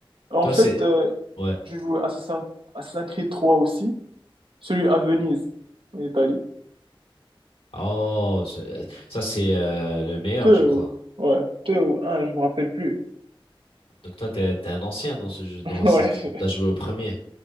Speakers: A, on the right; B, on the left.
A: En
B: Toi
A: fait,
B: c'est
A: euh,
B: ouais.
A: j'ai joué Assassin- Assassin's Creed trois aussi, celui à Venise, en Italie.
B: Oh, c'est- ça c'est euh, le meilleur,
A: Deux,
B: je
A: ou-
B: crois.
A: ouais, deux ou un, je me rappelle plus.
B: Donc toi t'es t'es un ancien dans ce jeu, dans
A: <laughs>
B: Assassin's
A: Ouais,
B: Creed.
A: je-
B: T'as joué au premier.